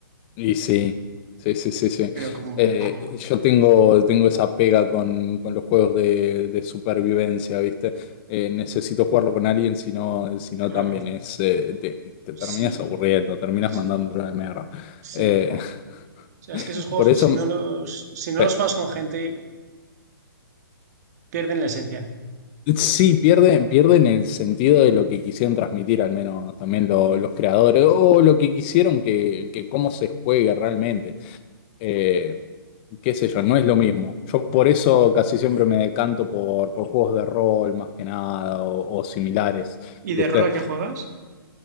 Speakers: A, on the left; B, on the right.
A: Y sí, sí, sí, sí, sí.
B: pero como muerto.
A: Eh, yo tengo, tengo esa pega con, con los juegos de, de supervivencia, ¿viste? Eh, necesito jugarlo con alguien, si no, si no
B: Claro,
A: también es, eh, te, te terminas
B: sí,
A: aburriendo, terminas
B: sí,
A: mandándolo a la mierda.
B: sí.
A: Eh,
B: O sea,
A: <laughs>
B: es que esos juegos,
A: por eso,
B: si no los, si no
A: sí.
B: los juegas con gente, pierden la esencia.
A: Sí, pierden, pierden el sentido de lo que quisieron transmitir, al menos también lo- los creadores, o lo que quisieron que, que cómo se juegue realmente. Eh, qué sé yo, no es lo mismo. Yo por eso casi siempre me decanto por, por juegos de rol más que nada o, o similares,
B: ¿Y de
A: ¿viste?
B: rol a qué juegas?